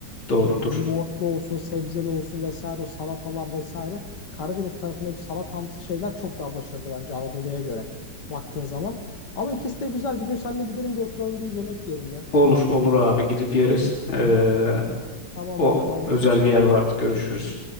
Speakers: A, on the left; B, on the left.
A: Doğrudur.
B: e, yoğurtlu olsun, sebzeli olsun vesaire o salatalar vesaire. Karadeniz tarafındaki salatamsı şeyler çok daha başarılı bence Anadolu'ya göre baktığın zaman. Ama ikisi de güzel. Bir gün seninle gidelim bir oturalım bir yemek yiyelim ya.
A: Olur olur abi gidip yeriz. Ee,
B: Tamamdır
A: o
B: abi hadi
A: özel
B: görüşürüz.
A: bir yer vardı. Görüşürüz.